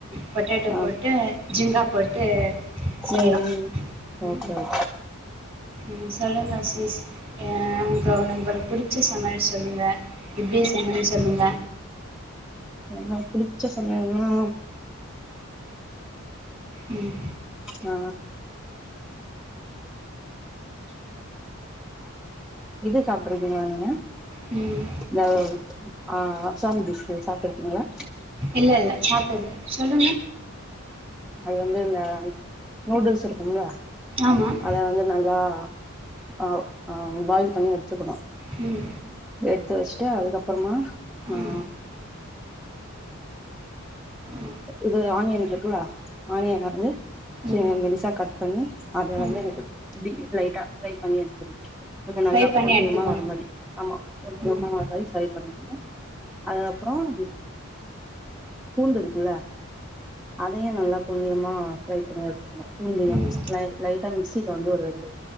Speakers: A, on the right; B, in the centre.
A: பொட்டேட்டோ
B: ஆ
A: போட்டு ஜிங்கா போட்டு செய்கிறோம்
B: ம் ம் ஓகே
A: ம் ம்.
B: ஓ
A: ம் சொல்லுங்க சிஸ் அ உங்க உங்களுக்கு புடிச்ச சமையல் சொல்லுங்க எப்டி செய்யன்னு சொல்லுங்க
B: எனக்கு புடிச்ச சமையல் னா
A: ம்
B: ஆ இது சாப்டுருக்கீங்களா நீங்க
A: ம்
B: இந்த ஆ அசாம் டிஷ்ஷு சாப்ட்ருக்கீங்ளா
A: இல்ல இல்ல சாப்ட்டது இல்ல சொல்லுங்க
B: அது வந்து இந்த நூடுல்ஸ் இருக்கும்ல
A: ஆமாம்
B: அத வந்து நல்லா ஆவ் ஆ பாயில் பண்ணி எடுத்துக்கணு
A: ம்
B: எத்து வச்சுட்டு அதுக்கப்புறமா ஆ
A: ம் ம்
B: இது ஆனியன் இருக்குல ஆனியன் வந்து சின்
A: ம்
B: மெலிசா கட் பண்ணி அத வந்து
A: ம்
B: பி லைட்டா ஃப்ரை பண்ணி எடுத்து கொஞ்ச
A: ஃப்ரை
B: நல்லா
A: பண்ணி
B: பொன்
A: எடுத்துக்கணும்
B: நிறமா வர மாரி ஆமா பொன் நிறமா
A: ம்
B: வர மாரி ஃப்ரை பண்ணணு அதுக்கப்புறமா பூண்டு இரு க்குல்ல அதையு நல்லா பொன் நிறமா ஃப்ரை பண்ணி எடுத்துக்கனு பூண்டையு
A: ம்
B: லை லைட்டா மிக்சில வந்து ஒரு ரெண்டு